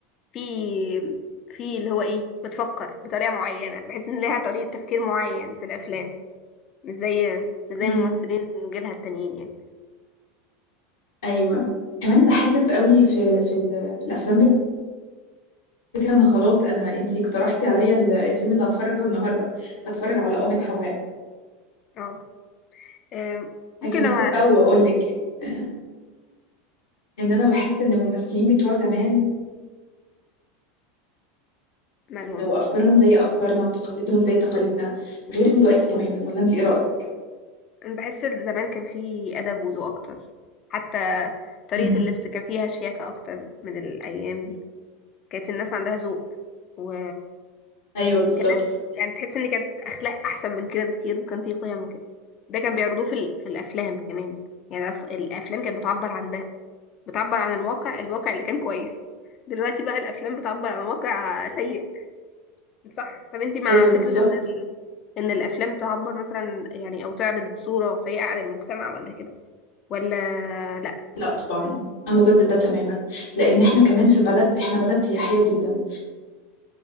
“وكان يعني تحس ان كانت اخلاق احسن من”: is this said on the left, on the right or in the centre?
Left